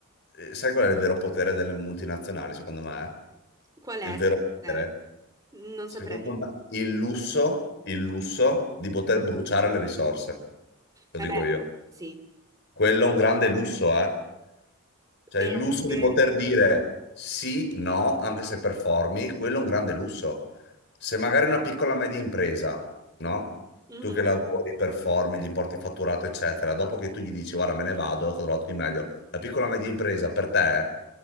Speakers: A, on the left; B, on the right.
A: eh, sai qual è il vero potere delle multinazionali, secondo me?
B: qual è?
A: Il vero
B: secondo
A: potere?
B: te? Non
A: Secondo
B: saprei.
A: me, il lusso, il lusso di poter bruciare le risorse, lo
B: Vabbè,
A: dico io.
B: sì.
A: Quello è un grande lusso, eh? Cioè il
B: E
A: lusso
B: anche...
A: di poter dire sì, no, anche se performi, quello è un grande lusso. Se magari una piccola media impresa, no?
B: Mhm.
A: Tu che lavori, performi, gli porti fatturato, eccetera, dopo che tu gli dici guarda me ne vado, ho trovato di meglio, la piccola media impresa per te, eh,